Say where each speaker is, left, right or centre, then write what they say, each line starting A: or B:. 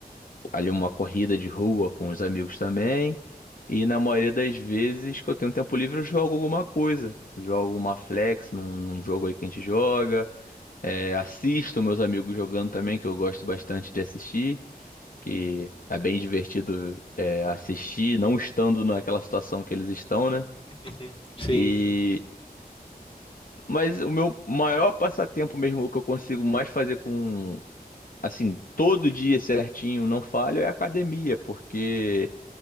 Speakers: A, on the left; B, on the left.
A: ali uma corrida de rua com os amigos também. E na maioria das vezes que eu tenho tempo livre, eu jogo alguma coisa. Jogo uma flex num, num jogo aí que a gente joga. É, assisto meus amigos jogando também, que eu gosto bastante de assistir. que é bem divertido é, assistir, não estando naquela situação que eles estão, né?
B: <laughs> Sim,
A: E
B: sim.
A: mas o meu maior passatempo mesmo, o que eu consigo mais fazer com assim todo dia certinho, não falho, é academia, porque